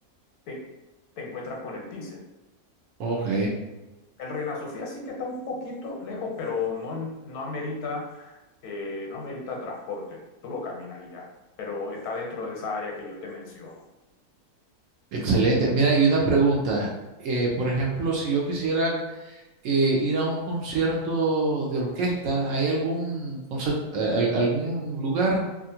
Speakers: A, on the left (about 80°); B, on the right (about 65°).
A: te, te encuentras con el Thyssen.
B: Ok,
A: El Reina Sofía sí que está un poquito lejos, pero no, en- no amerita, eh, no amerita transporte. Tú lo caminas y ya. Pero está dentro de esa área que yo te menciono.
B: excelente. Mira, y una pregunta. Eh, por ejemplo, si yo quisiera eh, ir a un concierto de orquesta, ¿hay algún concer- eh, al- algún lugar